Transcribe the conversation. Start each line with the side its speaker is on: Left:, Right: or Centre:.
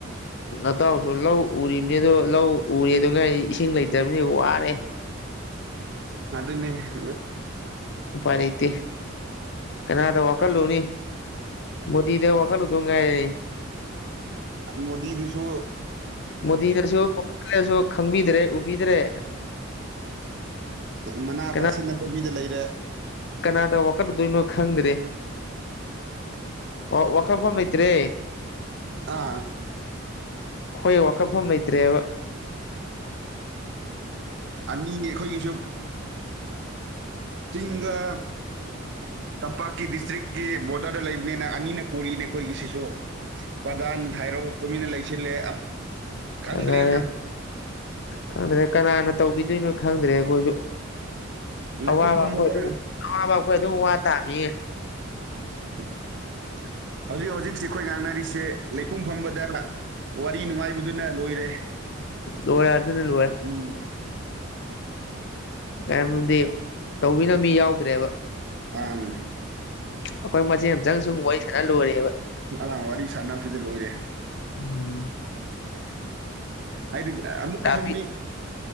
Left: ꯅꯇꯥꯎꯁꯨ ꯂꯧ ꯎꯔꯤꯕꯅꯤ ꯑꯗꯣ ꯂꯧ ꯎꯔꯦ ꯑꯗꯨ ꯉ ꯑꯩ ꯏꯁꯤꯡ ꯂꯩꯇ꯭ꯔꯕꯅꯤ ꯋꯥꯔꯦ
Right: ꯑꯗꯨ ꯑꯗꯨꯟꯅꯅꯦ
Left: ꯎꯄꯥꯏ ꯂꯩꯇꯦ ꯀꯅꯥꯗ ꯋꯥꯈꯜꯂꯣꯅꯤ ꯃꯗꯤꯗꯦ ꯋꯥ ꯀꯜꯂꯨ ꯊꯣꯡꯒꯥꯏ
Right: ꯃꯣꯗꯤꯗꯨꯁꯨ
Left: ꯃꯣꯗꯤꯅꯁꯨꯣꯡꯦꯅꯁꯨ ꯈꯪꯕꯤꯗ꯭ꯔꯦ ꯎꯕꯤꯗ꯭ꯔꯦ
Right: ꯃꯅꯥ
Left: ꯀꯅꯥ
Right: ꯇꯥꯁꯤꯟꯅꯕꯕꯤꯗ ꯂꯩꯔꯦ꯫
Left: ꯀꯅꯥꯗ ꯋꯥꯀꯠꯂꯨꯗꯣꯏꯅꯣ ꯈꯪꯗ꯭ꯔꯦ꯫ ꯑꯣ ꯋꯥꯈꯠꯐꯝ ꯂꯩꯇ꯭ꯔꯦ
Right: ꯑꯥ
Left: ꯍꯣꯏ ꯋꯥꯀꯠꯐꯝ ꯂꯩꯇ꯭ꯔꯦꯕ꯫
Right: ꯑꯅꯤꯅꯦ ꯑꯩꯈꯣꯏꯒꯤꯁꯨ ꯆꯤꯡꯒ ꯇꯝꯄꯥꯛꯀꯤ ꯗꯤꯁꯇ꯭ꯔꯤꯛꯀꯤ ꯕꯣꯔꯗꯔꯗ ꯂꯩꯕꯅꯦꯅ ꯑꯅꯤꯅ ꯀꯣꯜꯂꯤꯅꯦ ꯑꯩꯈꯣꯏꯒꯤ ꯁꯤꯁꯨ꯫ ꯄꯗꯥꯟ ꯊ ꯍꯥꯏꯔꯣ ꯇꯨꯃꯤꯟꯅ ꯂꯩꯁꯤꯜꯂꯦ
Left: ꯐꯖꯔꯦ
Right: ꯈꯪꯗ꯭ꯔꯦꯗ
Left: ꯈꯪꯗ꯭ꯔꯦ ꯀꯅꯥꯅ ꯇꯧꯕꯤꯗꯣꯏꯅꯣ ꯈꯪꯗ꯭ꯔꯦ ꯑꯩꯈꯣꯏꯁꯨ
Right: ꯂꯩꯄꯨꯡ
Left: ꯑꯋꯥꯕ
Right: ꯐꯝꯕꯗ
Left: ꯑꯩꯈꯣꯏ ꯑꯗꯨꯝ ꯑꯋꯥꯕ ꯑꯩꯈꯣꯏ ꯑꯗꯨꯝ ꯋꯥ ꯇꯥꯃꯤꯌꯦ
Right: <inaudible> ꯍꯧꯖꯤꯛ ꯍꯧꯖꯤꯛꯁꯤ ꯑꯩꯈꯣꯏ ꯉꯥꯡꯅꯔꯤꯁꯦ ꯂꯩꯄꯨꯡ ꯐꯝꯕꯗ ꯋꯥꯔꯤ ꯅꯨꯡꯉꯥꯏꯕꯗꯨꯅ ꯂꯣꯏꯔꯦ
Left: ꯂꯋꯦ ꯑꯗꯨꯅ ꯂꯣꯋꯦ
Right: ꯎꯝ
Left: ꯃꯌꯥꯝꯗꯤ ꯇꯧꯕꯤꯅ ꯃꯤ ꯌꯥꯎꯗ꯭ꯔꯦꯕ
Right: ꯑꯪ
Left: ꯑꯩꯈꯣꯏ ꯃꯆꯦ ꯑꯃꯝ ꯆꯪ ꯁꯨꯝ ꯋꯥꯔꯤ ꯁꯅ ꯂꯣꯏꯔꯦꯕ
Right: ꯑꯂꯥꯡ ꯋꯥꯔꯤ ꯁꯥꯟꯅ ꯁꯤꯗ ꯂꯣꯏꯔꯦ
Left: ꯎꯝ
Right: ꯍꯥꯏꯗꯤ ꯑꯃꯨꯛ
Left: ꯇꯥꯕꯤ
Right: ꯀꯩꯁꯨ ꯃꯤ